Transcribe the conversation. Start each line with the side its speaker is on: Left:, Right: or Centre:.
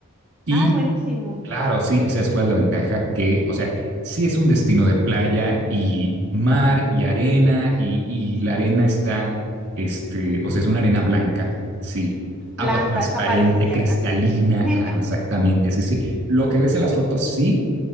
Right: Y
Centre: Ay, buenísimo.
Right: Claro, sí, y sabes cuál es la ventaja que, o sea, sí es un destino de playa y mar y arena y, y la arena está, este, o sea, es una arena blanca, sí,
Centre: Blanca,
Right: agua transparente,
Centre: esa paradisíaca,
Right: cristalina,
Centre: sí. <laughs>
Right: claro, exactamente, sí, sí. Lo que ves en las fotos, sí,